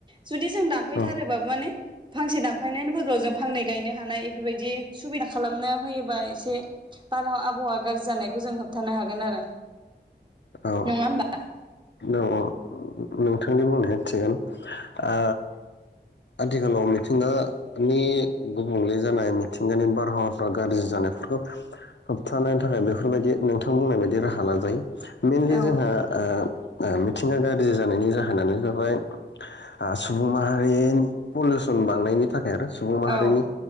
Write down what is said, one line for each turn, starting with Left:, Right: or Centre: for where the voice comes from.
Right: जुदि जों दानफैथारोब्लाबो
Left: औ
Right: माने। फांसे दामफायनायनि बदलाव जों फांनै गायनो हानाय बेफोरबायदि। सुबिदा खालामनो होयोबा एसे। बार आबहावा गाज्रि जानायखौ जों होबथानो हागोन आरो।
Left: औ
Right: नङा होमबा?
Left: औ औ नोंथांनि बुंनाया थिगानो ओ आथिखालाव मिथिंगानि गुबुंले जानाय मिथिंगानि बारहावाफ्रा गाज्रि जानायफोरखौ होबथानायनि थाखाय बेफोरबायदि नोंथां बुंनाय बायदि राहा लाजायो। मेनलि
Right: औ
Left: जोंहा ओ मिथिंगा गाज्रि जानायनि जाहोनानो जाबाय सुबुं माहारिनि पलिउसन बांनायनि थाखाय। आरो सुबुं माहारिनि
Right: औ